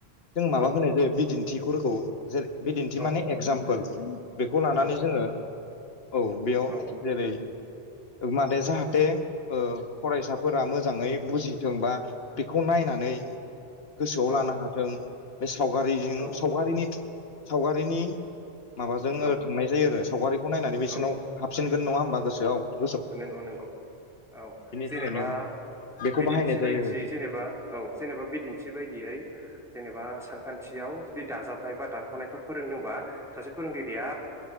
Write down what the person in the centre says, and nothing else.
औ
औ
औ
औ
औ
औ
औ
औ
नंगौ नंगौ औ जेनेबा
बिदिन्थि
बायदियै जेनेबा औ जेनेबा बिदिन्थि बायदियै जेनेबा सानखान्थि आव जुदि दाजाबनाय बा दानख'नायफोर फोरोंदोंबा सासे फोरोंगिरिया